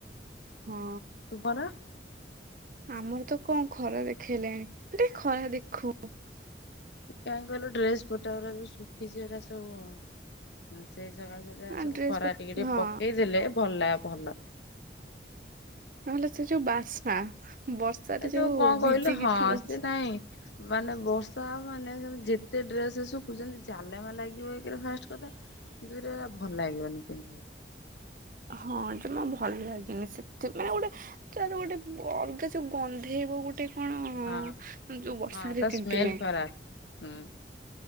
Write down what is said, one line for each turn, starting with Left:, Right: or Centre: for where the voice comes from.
Right: ହଁ
Left: ତୁମର?
Right: ଆମର ତ କଣ ଖରା ଦେଖେଇଲାଣି ଡେ ଦେଖୋଉ
Left: କାହିଁକି କହିଲୁ ଡ୍ରେସ ପଟା ଗୁରା ଯୋଉ ଶୁଖିଚି ସେରା ସବୁ ହଁ ସେଇସକାସେ ସେରା
Right: ଆ
Left: ସବୁ
Right: ଡ୍ରେସ
Left: ଖରା
Right: ପ
Left: ଟିକେ ଟିକେ
Right: ହଁ
Left: ପକେଇ ଦେଲେ ଭଲ ଲାଗେ ଭଲ
Right: ନହେଲେ ସେ ଯୋଉ ବାସ୍ନା ବର୍ଷା
Left: ଏ
Right: ରେ ଯୋଉ
Left: କଣ କହିଲୁ
Right: ଭିଜିକି
Left: ହଁ
Right: ଥିବ
Left: ସେ ନାଇଁ ମାନେ ବର୍ଷା ହବ ମାନେ ତମେ ଯେତେ ଡ୍ରେସ ଶୁଖୁ ଜାଲେମା ଲାଗିବ ଏକରେ ଫାଷ୍ଟ କଥା ଦୁଇରେ ହେଲା ଭଲ ଲାଗିବନି ପିନ୍ଧିବାକୁ
Right: ହଁ ଜମା ଭଲ ଲାଗେନି ସେଥି ମାନେ ଗୋଟେ ଯାହବି ଗୋଟେ ବ ଅଲଗା ଯୋଉ ଗନ୍ଧେଇବ ଗୋଟେ ଗୋଟେ କଣ
Left: ହଁ
Right: ଯୋଉ ବର୍ଷାରେ
Left: ହଁ ତା
Right: ତିନ୍ତିଲେଣି
Left: ସ୍ମେଲ ଖରାପ ହୁଁ।